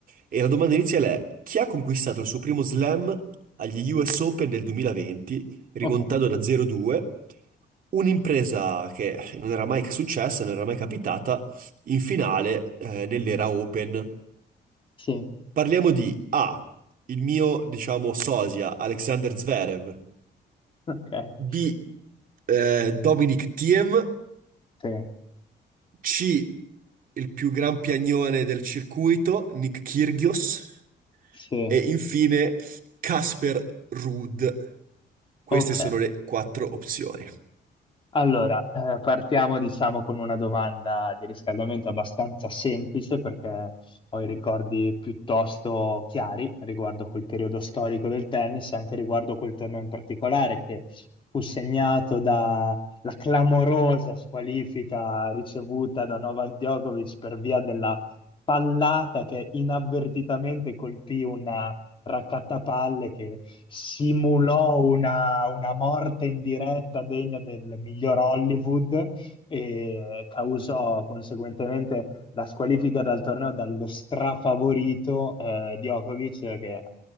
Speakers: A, on the right; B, on the left.
A: E la domanda iniziale è chi ha conquistato il suo primo slam agli US Open del 2020, rimontando
B: ok,
A: da 0-2? Un'impresa che non era mai successa, non era mai capitata in finale eh, nell'era Open.
B: sì,
A: Parliamo di A, il mio, diciamo, sosia Alexander Zverev,
B: <laughs> ok,
A: B, eh, Dominic Thiem,
B: sì,
A: C, il più gran piagnone del circuito, Nick Kyrgios,
B: sì,
A: e infine Casper Ruud. Queste
B: ok.
A: sono le quattro opzioni.
B: Allora, eh, partiamo diciamo con una domanda di riscaldamento abbastanza semplice perché ho i ricordi piuttosto chiari riguardo quel periodo storico del tennis e anche riguardo quel torneo in particolare che fu segnato dalla clamorosa squalifica ricevuta da Novak Djokovic per via della pallata che inavvertitamente colpì raccattapalle che simulò una, una morte in diretta degna del miglior Hollywood e causò conseguentemente la squalifica dal torneo dallo strafavorito eh, Djokovic che eh,